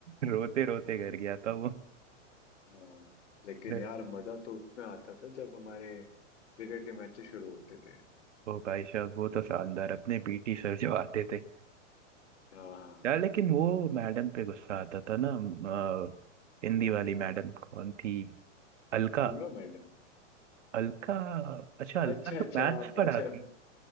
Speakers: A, on the right (about 70°); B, on the left (about 70°).
A: रोते रोते घर गया था वो
B: हाँ लेकिन
A: अरे
B: यार मजा तो उसमें आता था जब हमारे क्रिकेट के मैचेस शुरू होते थे
A: ओ भाई साहब वो तो शानदार अपने पीटी सर जो आते थे
B: हाँ
A: यार लेकिन वो मैडम पे गुस्सा आता था ना अ, हिंदी वाली मैडम कौन थी अलका
B: सीमा मैडम
A: अलका अच्छा अलका
B: अच्छा
A: तो
B: अच्छा
A: मैथ्स
B: आप
A: पढ़ाती
B: अच्छा